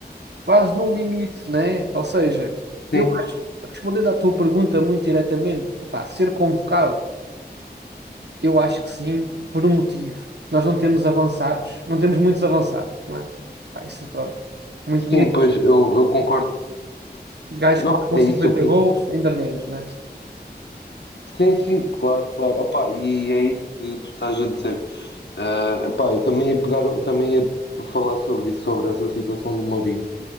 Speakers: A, on the right (about 80°); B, on the left (about 85°).
A: quase no limite, né? Ou seja,
B: Sim,
A: eu acho, respondendo à tua pergunta muito diretamente, epá, ser convocado. Eu acho que sim, por um motivo. Nós não temos avançados, não temos muitos avançados, não é? Pá, isso, é pronto. Muito menos.
B: sim, pois eu, eu concordo.
A: Gajos
B: Não,
A: que marcam
B: é
A: 50
B: isso, eu concordo.
A: golos, ainda menos, né?
B: Sim, sim, claro, claro. Opá, e é isso que tu estás a dizer. Ah, pá, eu também ia pegar, também ia falar sobre isso, sobre essa situação do Mourinho,